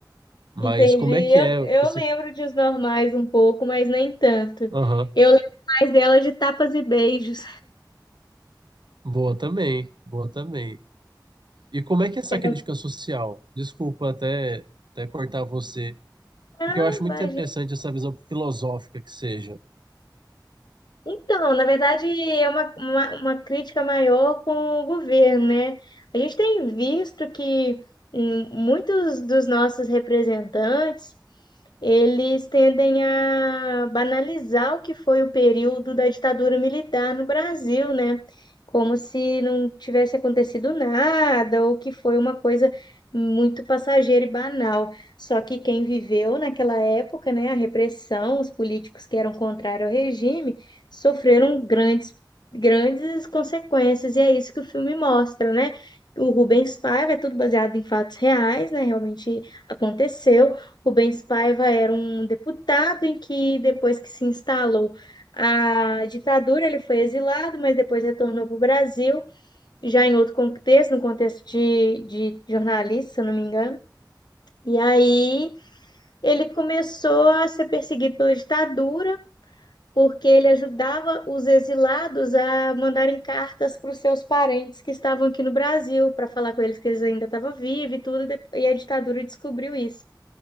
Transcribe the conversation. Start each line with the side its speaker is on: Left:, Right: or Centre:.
Right: Mas
Left: Entendi.
Right: como
Left: Eu,
Right: é que é
Left: eu
Right: esse...
Left: lembro de Os Normais um pouco, mas nem tanto.
Right: Aham,
Left: Eu lembro mais dela de Tapas e Beijos.
Right: boa também, boa também. E como é que é essa
Left: <laughs>
Right: crítica social? Desculpa até, até cortar você,
Left: Ah,
Right: porque eu acho muito
Left: imagina.
Right: interessante essa visão filosófica que seja.
Left: Então, na verdade, é uma, uma, uma crítica maior com o governo, né? A gente tem visto que hum, muitos dos nossos representantes, eles tendem a banalizar o que foi o período da ditadura militar no Brasil, né? Como se não tivesse acontecido nada, ou que foi uma coisa muito passageira e banal. Só que quem viveu naquela época, né, a repressão, os políticos que eram contrários ao regime, sofreram grandes, grandes consequências, e é isso que o filme mostra, né? O Rubens Paiva é tudo baseado em fatos reais, né? Realmente aconteceu. Rubens Paiva era um deputado em que, depois que se instalou a ditadura, ele foi exilado, mas depois retornou para o Brasil, já em outro contexto, no contexto de, de jornalista, se eu não me engano. E aí ele começou a ser perseguido pela ditadura porque ele ajudava os exilados a mandarem cartas para os seus parentes que estavam aqui no Brasil, para falar com eles que eles ainda estavam vivos e tudo, e dep- e a ditadura descobriu isso.